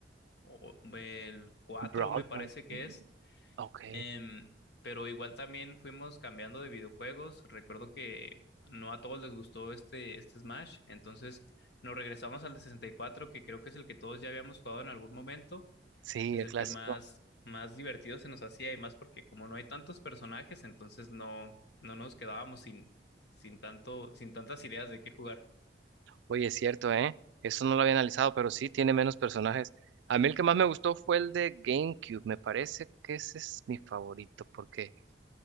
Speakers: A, on the left; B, on the right.
A: o- el 4
B: Brawl
A: me parece
B: Stars.
A: que es.
B: Ok,
A: Em, pero igual también fuimos cambiando de videojuegos. Recuerdo que no a todos les gustó este, este Smash, entonces nos regresamos al de 64 que creo que es el que todos ya habíamos jugado en algún momento.
B: sí,
A: Es
B: el
A: el
B: clásico.
A: que más, más divertido se nos hacía y más porque como no hay tantos personajes, entonces no, no nos quedábamos sin, sin tanto, sin tantas ideas de qué jugar.
B: Oye, es cierto, ¿eh? Eso no lo había analizado, pero sí tiene menos personajes. A mí el que más me gustó fue el de GameCube. Me parece que ese es mi favorito, porque